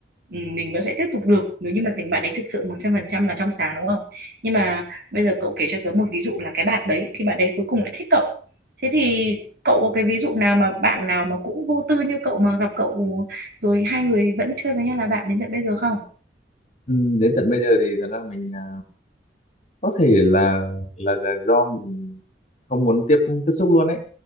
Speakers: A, on the right; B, on the left.
A: ừ, mình vẫn sẽ tiếp tục được nếu như mà tình bạn ấy thực sự 100% là trong sáng đúng không? Nhưng mà bây giờ cậu kể cho tớ một ví dụ là cái bạn đấy thì bạn đấy cuối cùng lại thích cậu thế thì cậu có cái ví dụ nào mà bạn nào mà cũng vô tư như cậu mà gặp cậu rồi hai người vẫn chơi với nhau là bạn đến tận bây giờ không
B: ừm, đến tận bây giờ thì thật ra là mình à, có thể là là là do mình không muốn tiếp tiếp xúc luôn ấy